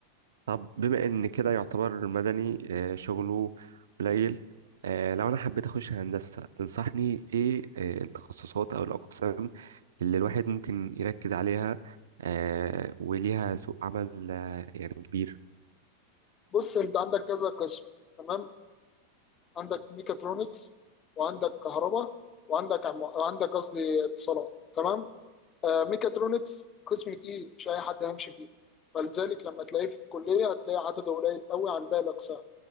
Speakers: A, on the right; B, on the left.
A: طب بما ان كده يعتبر مدني آه، شغله قليل آه، لو انا حبيت اخش هندسة تنصحني ايه آه، التخصصات او الاقسام اللي الواحد ممكن يركز عليها آه، وليها سوق عمل آه، يعني كبير
B: بص انت عندك كذا قسم تمام عندك ميكاترونكس وعندك كهرباء وعندك عم... وعندك قصدي اتصالات تمام آه ميكاترونكس قسم تقيل مش اي حد هيمشي فيه فلذلك لما تلاقيه في الكليه هتلاقي عدده قليل قوي عن باقي الاقسام